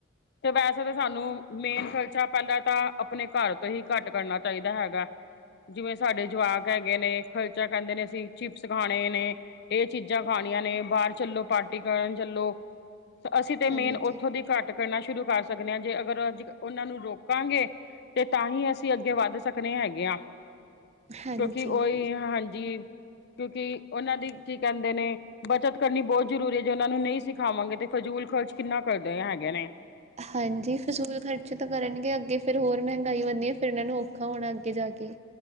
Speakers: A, on the left; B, on the right.
A: ਤੇ ਵੈਸੇ ਤਾਂ ਸਾਨੂੰ ਮੇਨ ਖ਼ਰਚਾ ਪਹਿਲਾਂ ਤਾਂ ਆਪਣੇ ਘਰ ਤੋਂ ਹੀ ਘੱਟ ਕਰਨਾ ਚਾਹੀਦਾ ਹੈਗਾ। ਜਿਵੇਂ ਸਾਡੇ ਜਵਾਕ ਹੈਗੇ ਨੇ ਖਲਚਾ ਕਹਿੰਦੇ ਨੇ ਅਸੀਂ ਚਿਪਸ ਖਾਣੇ ਨੇ। ਇਹ ਚੀਜ਼ਾਂ ਖਾਣੀਆਂ ਨੇ, ਬਾਹਰ ਚੱਲੋ ਪਾਰਟੀ ਕਰਨ ਚੱਲੋ, ਅਸੀਂ ਤੇ ਮੇਨ
B: ਹਾਂਜੀ
A: ਉੱਥੋਂ ਦੀ ਘੱਟ ਕਰਨਾ ਸ਼ੁਰੂ ਕਰ ਸਕਦੇ ਹਾਂ ਜੇ ਅਗਰ ਅੱਜ ਉਹਨਾਂ ਨੂੰ ਰੋਕਾਂਗੇ। ਤੇ ਤਾਂ ਹੀ ਅਸੀਂ ਅੱਗੇ ਵੱਧ ਸਕਦੇ ਹੈਗੇ ਹਾਂ।
B: ਹਾਂਜੀ
A: ਕਿਉਂਕਿ ਉਹੀ ਹਾਂਜੀ, ਕਿਉਂਕਿ ਉਹਨਾਂ ਦੀ ਕੀ ਕਹਿੰਦੇ ਨੇ ਬੱਚਤ ਕਰਨੀ ਬਹੁਤ ਜ਼ਰੂਰੀ ਹੈ ਜੇ ਉਹਨਾਂ ਨੂੰ ਨਹੀਂ ਸਿਖਾਵਾਂਗੇ ਤੇ ਫਜ਼ੂਲ ਖਰਚ ਕਿੰਨਾ ਕਰਦੇ ਹੈਗੇ ਨੇ।
B: ਹਾਂਜੀ ਫਜ਼ੂਲ ਖਰਚੇ ਤਾਂ ਕਰਨਗੇ ਅੱਗੇ ਫੇਰ ਹੋਰ ਮਹਿੰਗਾਈ ਵਣਦੀ ਹੈ ਫੇਰ ਇਹਨਾਂ ਨੂੰ ਔਖਾ ਹੋਣਾ ਅੱਗੇ ਜਾ ਕੇ।